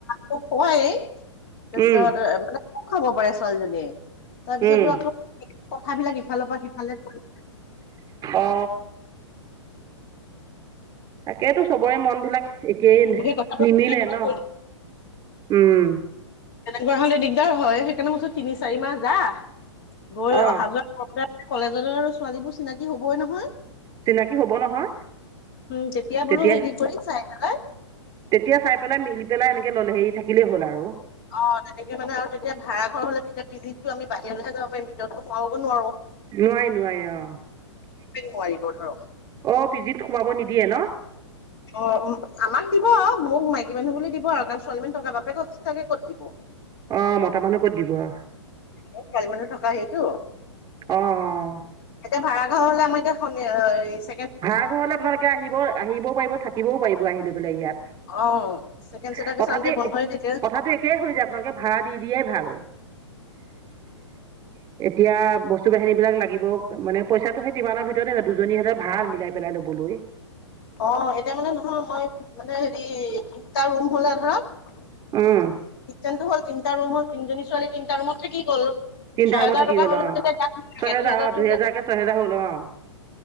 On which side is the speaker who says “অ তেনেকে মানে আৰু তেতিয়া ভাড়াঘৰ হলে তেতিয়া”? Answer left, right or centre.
Left